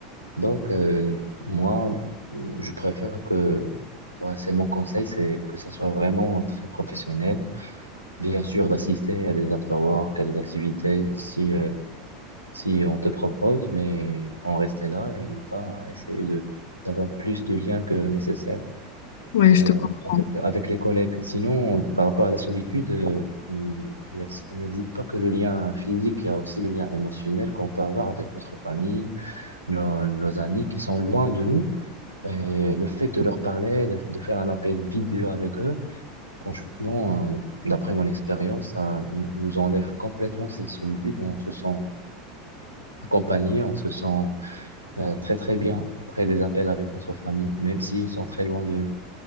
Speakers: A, on the right; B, on the left.
A: Donc, euh, moi, je préfère que, ouais, c'est mon conseil, c'est que ça soit vraiment très professionnel bien sûr, d'assister à des after-work, à des activités, si, euh, si on te propose, mais en rester là et ne pas essayer de d'avoir plus de liens que nécessaire
B: Ouais, je
A: euh,
B: te comprends.
A: avec, avec les collègues. Sinon, par rapport à la solitude, euh, il il n'exi- il n'existe pas que le lien physique, il y a aussi le lien émotionnel qu'on peut avoir avec notre famille, nos, nos amis qui sont loin de nous. Et le fait de leur parler, de de faire un appel vidéo avec eux, Franchement, euh, d'après mon expérience, ça n- nous enlève complètement cette solitude. On se sent accompagné, on se sent euh, très très bien après des appels avec notre famille, même s'ils sont très loin de nous.